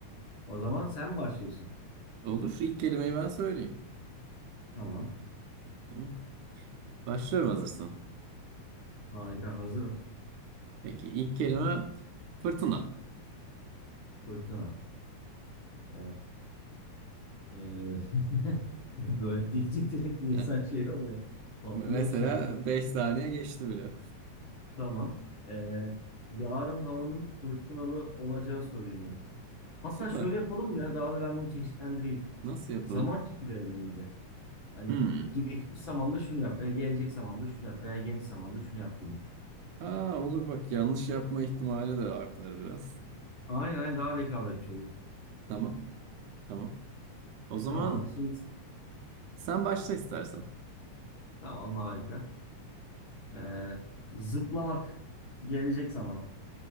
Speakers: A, on the left; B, on the right.
A: O zaman sen mi başlıyorsun?
B: Olur. İlk kelimeyi ben söyleyeyim.
A: Tamam.
B: Tamam. Başlıyorum hazırsan.
A: Harika hazırım.
B: Peki ilk kelime fırtına.
A: Fırtına. Evet. Ee, <laughs> böyle deyince direkt insan
B: Ya,
A: şey oluyor. Patlıyormuş
B: mesela
A: yalnız.
B: 5 saniye geçti bile.
A: Tamam. Ee, yarın havanın fırtınalı olacağı söyleniyor. Hatta
B: Süper.
A: şöyle yapalım mı ya? Daha da ben bunu çeşitlendireyim.
B: Nasıl yapalım?
A: Zaman kipi verelim bir de. Hani
B: Hmm.
A: geçmiş zamanda şunu yap veya gelecek zamanda şunu yap veya geniş zamanda şunu yap gibi.
B: Ha olur bak yanlış yapma ihtimali de artar biraz.
A: Aynen aynen daha rekabetçi olur.
B: Tamam tamam. O zaman
A: Tamam. Şimdi
B: sen başla istersen.
A: tamam harika. Ee, zıplamak gelecek zaman.